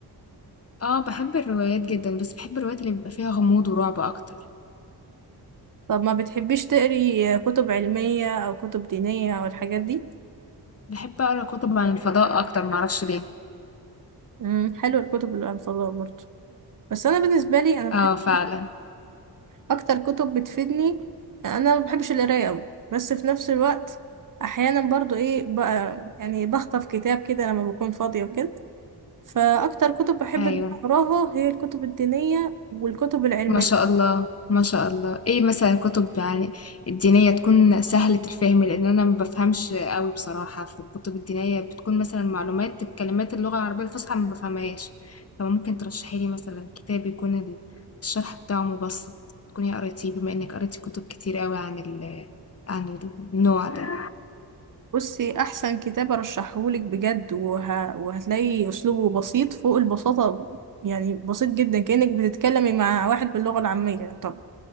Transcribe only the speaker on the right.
طب ما بتحبيش تقري كتب علمية او كتب دينية او الحاجات دي
امم حلوة الكتب الانفضاء برضو بس انا بالنسبة لي انا بحب
اكتر كتب بتفيدني انا ما بحبش القرايه قوي بس في نفس الوقت احيانا برضو ايه بقى يعني بخطف كتاب كده لما بكون فاضيه وكده فاكتر كتب بحب
ان أنا اقراها هي الكتب الدينيه والكتب العلميه
بصي احسن كتاب ارشحهولك بجد وه... وهتلاقي اسلوبه بسيط فوق البساطه يعني بسيط جدا كانك بتتكلمي مع واحد باللغه العاميه طب